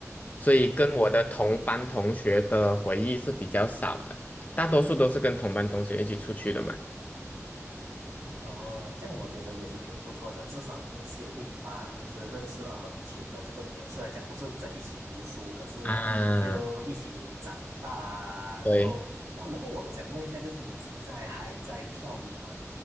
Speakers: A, on the left; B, on the right.
A: 所以跟我的同班同学的回忆是比较少的，
B: 嗯，
A: 大多数都是跟同班同学一起出去的嘛。
B: 哦，这样我觉得也是挺不错的，至少你也是有一班就是认识了很久的这个朋友，虽然讲不是在一起读书，可是就一起长大啊。
A: 啊，
B: 然后，
A: 对
B: 然后，然后我我想问一下，就是你现在还在跳舞吗？